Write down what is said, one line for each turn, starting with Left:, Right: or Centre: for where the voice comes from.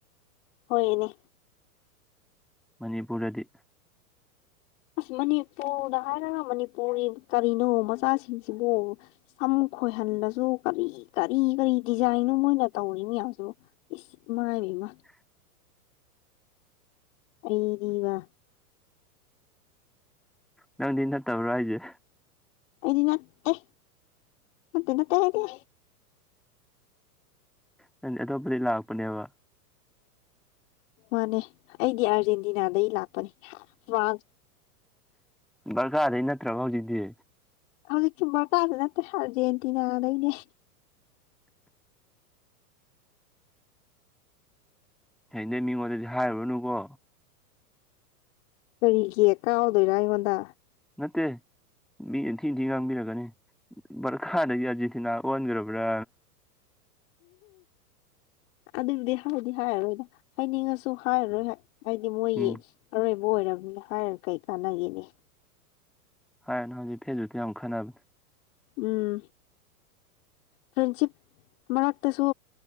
Left: ꯍꯣꯌ ꯏꯅꯦ
Centre: ꯃꯅꯤꯄꯨꯔꯗꯗꯤ
Left: ꯑꯥꯁ ꯃꯅꯤꯄꯨꯔꯗ ꯍꯥꯏꯔꯒ ꯃꯅꯤꯄꯨꯔꯤ ꯀꯔꯤꯅꯣ ꯃꯆꯥꯁꯤꯡꯁꯤꯕꯨ ꯁꯝ ꯈꯣꯏꯍꯜꯂꯖꯨ ꯀꯔꯤ ꯀꯔꯤ ꯀꯔꯤ ꯗꯤꯖꯥꯏꯟꯅꯣ ꯃꯣꯏꯅ ꯇꯧꯔꯤ ꯃꯌꯥꯝꯖꯤꯕꯨ ꯏꯁ ꯏꯃꯥꯏꯕꯦꯝꯃ
Centre: INAUDIBLE
Left: ꯑꯩꯗꯤ ꯕꯥ
Centre: ꯅꯪꯗꯤ ꯅꯠꯇꯕ꯭ꯔꯥ ꯍꯥꯏꯖꯦ
Left: ꯑꯩꯗꯤ ꯅꯠ ꯇꯦ ꯅꯠꯇꯦ ꯅꯠꯇꯦ ꯑꯩꯗꯤ
Centre: ꯅꯪ ꯗꯤ ꯑꯇꯣꯞꯄꯗꯒꯤ ꯂꯥꯛꯄꯅꯦꯕ
Left: ꯃꯥꯟꯅꯦ ꯑꯩꯗꯤ ꯑꯥꯔꯖꯦꯟꯇꯤꯅꯥꯗꯩ ꯂꯥꯛ ꯄꯅꯤ ꯂꯥꯛ ꯄꯅꯤ
Centre: ꯒꯥꯥꯔꯗꯩ ꯅꯠꯇ꯭ꯔꯕꯣꯍꯧꯖꯤꯛꯇꯤ
Left: ꯍꯧꯖꯤꯛꯁꯨ ꯒꯥꯔꯗꯩ ꯅꯠꯇꯦ ꯑꯥꯔꯖꯦꯟꯇꯤꯅꯥꯗꯩꯅꯦ
Centre: INAUDIBLE ꯍꯌꯦꯡꯗꯩ ꯃꯤꯉꯣꯟꯗꯗꯤ ꯍꯥꯌꯔꯨꯔꯅꯨꯀꯣ
Left: ꯀꯔꯤꯒꯤ ꯀꯥꯎꯗꯣꯏꯔ ꯑꯩꯉꯣꯟꯗ
Centre: ꯅꯠꯇꯦ ꯃꯤ ꯊꯤ ꯊꯤ ꯉꯥꯡꯕꯤꯔꯛꯀꯅꯤ ꯚꯥꯔꯗꯒꯤ ꯑꯥꯔꯖꯦꯟꯇꯤꯅꯥ ꯑꯣꯟꯈ꯭ꯔꯕ꯭ꯔꯥ
Left: ꯑꯗꯨꯕꯨꯗꯤ ꯍꯥꯌꯗꯤ ꯍꯥꯌꯔꯔꯣꯏꯗ ꯍꯥꯌꯅꯤꯡꯉꯁꯨ ꯍꯥꯌꯔꯔꯣꯏ ꯍꯥꯏꯗꯤ ꯃꯣꯏꯒꯤ
Centre: ꯎꯝ
Left: ꯑꯔꯣꯏꯕ ꯑꯣꯏꯝꯅꯤꯅ ꯍꯥꯏꯔ ꯀꯩ ꯀꯥꯟꯅꯒꯦꯅꯦ
Centre: UNINTELLIGIBLE
Left: ꯎꯝ ꯐ꯭ꯔꯦꯟꯁꯤꯞ ꯃꯔꯛꯇꯁꯨ